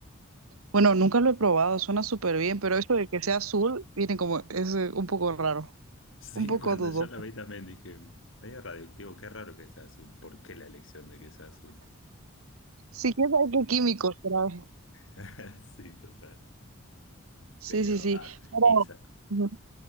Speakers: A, on the right; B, on the left.
A: Bueno, nunca lo he probado, suena súper bien, pero eso de que sea azul viene como, es eh, un poco raro,
B: Sí,
A: un poco
B: <laughs> cuando
A: dudo.
B: yo lo vi también dije, medio radioactivo, qué raro que sea azul, ¿por qué la elección de que sea azul?
A: Sí, quién sabe qué químicos trae.
B: <laughs> Sí, total.
A: Sí,
B: Pero,
A: sí, sí.
B: ah,
A: Pero,
B: y sa-
A: ujú,